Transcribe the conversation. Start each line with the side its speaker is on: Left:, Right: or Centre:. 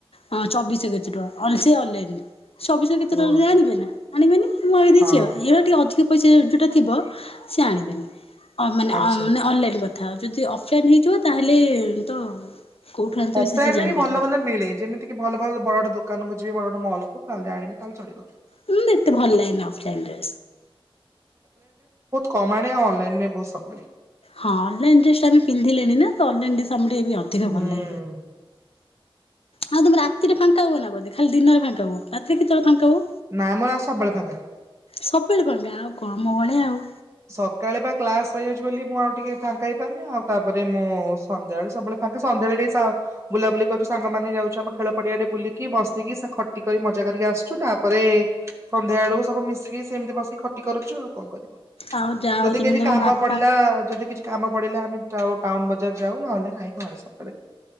Left: ହଁ ଚବିଶ କେତେ ଟଙ୍କା ଅ ଅନ <inaudible> ସବିଷ କେଷତେଟଳେରେ
Right: ଓ
Left: ଆଣିବେ ନା ଆଣିବେନି ମୁଁ ଆଇ ଦେଇଛି
Right: ହଁ
Left: ଆଉଇ ଟିକେ ଅଧିକ ପଇସା ଯେଉଁଟା ଥିବ ସେ ଆଣିବେନି ଅ ମାନେ
Right: ଆଚ୍ଛା
Left: ମେ ଅନଲାଇନ୍ କଥା ଥା ଯଦି ଅଫଲାଇନ୍ ହେଇଥିବ ତାହେଲେ ତ କୋଉଠୁ ଆଣିଥିବେ
Right: ଅଫ୍ଲାଇନ
Left: ସେ ସେ ଜାଣିପାରିବେନି
Right: ରେ ବି ଭଲ ଭଲ ମିଳେ ଯେମିତି କି ଭଲ ଭଲ ବଡ ଦୋକାନକୁ ଯିବି ବୋେ ମଲ କୁ ତାହେଲେ ଆଣିବି ତାହେଲେ ଚଳିବ
Left: ହୁଁ ଏତେ ଭଲ ଲାଗେନ ଅଫଲାଇନ
Right: କମାଣେଉ ଅନାଇନ ନେ ବହୁତ ସଳେ
Left: ହଁ ଅଲାଇଣ୍ଡ ୍ରେସ ଟାେ ପିନ୍ଧିଲେଣି ନା ତ ଅ <inaudible> ଟ ବି ଆଧିକ
Right: ହୁଁ।
Left: ଭଲଲେ ଆଉ ତମେ ରାତିରେ ଫାଙ୍କା ହୁବ ନା ବୋଧେ ଖାଲି ଦିନରେ ଫାଙ୍କ ହବ ରାତିରେ କେତେବେଳେ ଫାଙ୍କା ହବ
Right: ନାାଇଁ ମୁ ଆସ ବଳ ଫାଙ୍କା
Left: ସବୁବେଳେ ପଣ ଆଉ କଣ ମ ଭଳିଆ ଆଉ
Right: ସକାଳେ ବା କ୍ଲାସ ରହିଯାଉଛି ବୋଲି ମୁଁ ଆଉ ଟିକେ ଫାଙ୍କା ହେଇପାରୁନି ଆଉ ତାପରେ ମୁଁ ସନ୍ଧ୍ୟା ବେଳେ ସବୁବେଳେ ଫାଙ୍କା ସନ୍ଧ୍ୟାବେଳେ ଟିକେ ବୁଲାବୁଲି କରୁଛୁ ସାଙ୍ଗମାନୋନେ ଯାଉଛୁ ଆମ ଖେଳ ପଡିଆ ଟେ ବୁଲିକି ବସିକି ଖଟିିକ ମଜା କରିକି ଆସୁ ତାପରେ ସନ୍ଧ୍ୟା ବେଳକୁ ସବୁ ମିଶିକି ସେମିତି ବସିକି ଖଟି କରୁଛୁ ଆଉ କଣ କରିବ
Left: ଆଉ ଯାଅ
Right: ଯଦି
Left: ତମେ
Right: କିଛି
Left: ତମ
Right: କାମ
Left: ବାପା
Right: ପଡିଲା, ଯଦି କିଛି କାମ ପଡିଲା ଆମେ ଯାଉ ଟାଉନ ବଜାର ଯାଉ ନହେଲେ ନାହି ଘରେ ସବୁବେଳେ ।